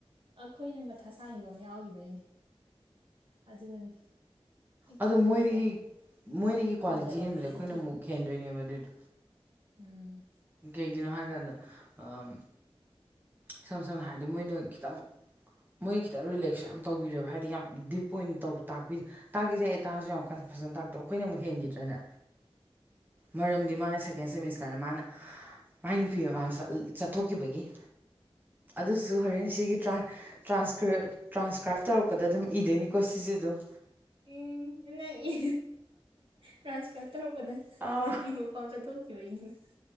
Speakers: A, on the right; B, on the right.
A: ꯑꯩꯈꯣꯏꯅ ꯃꯊ ꯁꯥꯥꯈꯤꯕ ꯑꯃ ꯌꯥꯎꯈꯤꯕꯩꯅꯦ ꯑꯗꯨꯅꯅꯤ
B: ꯑꯗꯣ
A: ꯀꯤꯗꯕ
B: ꯃꯣꯏꯗꯒꯤ ꯃꯣꯏꯗꯒꯤ ꯀ꯭ꯋꯥꯂꯤꯇꯤ
A: ꯀꯤꯗꯕ
B: ꯍꯦꯟꯕꯗꯤ
A: ꯃꯣꯏꯗꯗꯤ
B: ꯑꯩꯈꯣꯏꯅ ꯑꯃꯨꯛ ꯍꯦꯟꯗꯣꯏꯅꯦꯕ ꯑꯗꯨꯢꯗꯣ
A: ꯎꯝ
B: ꯀꯩꯒꯤꯅꯣ ꯍꯥꯏ ꯀꯥꯟꯗ ꯑꯥꯝ ꯏꯁꯝ ꯁꯝꯅ ꯍꯥꯏꯔꯗꯤ ꯃꯣꯏꯅ ꯈꯤꯇꯪ ꯃꯣꯏꯒꯤ ꯈꯤꯇꯪ ꯔꯤꯂꯦꯛꯁꯁꯨ ꯌꯥꯝ ꯇꯧꯕꯤꯔꯦꯕ ꯍꯥꯏꯗꯤ ꯌꯥꯝ ꯗꯤꯞ ꯄꯣꯏꯟꯗꯣ ꯇꯥꯛꯄꯤ ꯇꯥꯛꯇꯤ ꯇꯥꯛꯑꯦ ꯇꯥꯛꯑꯁꯨ ꯌꯥꯝ ꯀꯟ ꯐꯖꯅ ꯇꯥꯛꯇꯣ ꯑꯈꯣꯢꯅ ꯑꯃꯨꯛ ꯍꯦꯟꯈꯤꯗ꯭ꯔꯥꯅꯦ ꯃꯔꯝꯗꯤ ꯃꯥꯅ ꯁꯦꯀꯦꯟ ꯁꯦꯃꯤꯁꯇꯔꯗ ꯃꯥꯅ ꯃꯥꯏ ꯅꯨꯄꯤ ꯃꯃꯥꯝꯖꯤꯗ ꯆꯠꯊꯣꯛꯈꯤꯕꯒꯤ ꯑꯗꯨꯁꯨ ꯍꯣꯔꯦꯟ ꯁꯤꯒꯤ ꯇꯥꯟ ꯇ꯭ꯔꯥꯟꯁꯀꯤꯞ ꯇ꯭ꯔꯥꯟꯁꯀ꯭ꯔꯥꯏꯞ ꯇꯧꯔꯛꯄꯗ ꯑꯗꯨꯝ ꯏꯗꯣꯏꯅꯤꯀꯣ ꯁꯤꯁꯤ ꯑꯗꯨꯝ
A: ꯎꯡ ꯅꯪ ꯏ ꯇ꯭ꯔꯥꯟꯁꯀ꯭ꯔꯥꯞ ꯇꯧꯔꯛꯄꯗ
B: ꯑꯥ
A: ꯅꯨꯄꯤ ꯃꯄꯥꯝ ꯆꯠ ꯊꯣꯛꯈꯤꯕꯩ ꯅꯤꯅ